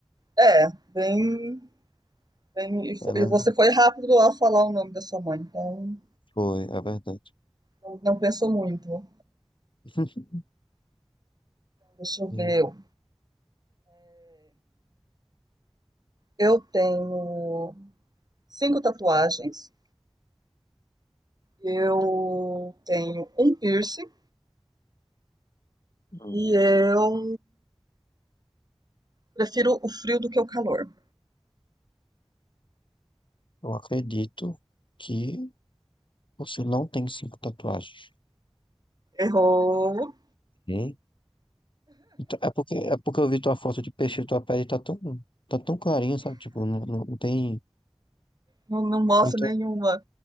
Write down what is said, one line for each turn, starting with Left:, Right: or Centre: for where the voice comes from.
Right: é, bem, bem. E fo-
Left: É verdade.
Right: e você foi rápido ao falar o nome da sua mãe, então
Left: Foi, é verdade.
Right: não, não pensou muito.
Left: <laughs>
Right: Deixa eu
Left: E,
Right: ver. Eu eu tenho cinco tatuagens, eu tenho um piercing
Left: hum,
Right: e eu prefiro o frio do que o calor.
Left: Eu acredito que você não tem cinco tatuagens.
Right: Errou.
Left: Ok? Então, É porque, é porque eu vi tua foto de peixe, tua pele tá tão, tá tão clarinha, sabe? Tipo, não, não, não tem.
Right: Não, não mostra
Left: Então,
Right: nenhuma.